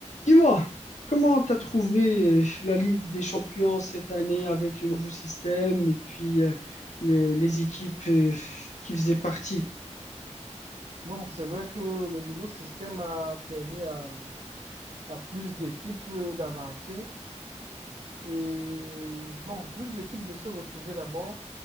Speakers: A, on the left; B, on the right.
A: Dis-moi, comment t'as trouvé euh, la Ligue des Champions cette année avec le nouveau système et puis euh, les, les équipes euh, qui faisaient partie?
B: Bon, c'est vrai que le nouveau système a permis à, à plus d'équipes euh, d'avancer et bon, plus d'équipes de se retrouver d'abord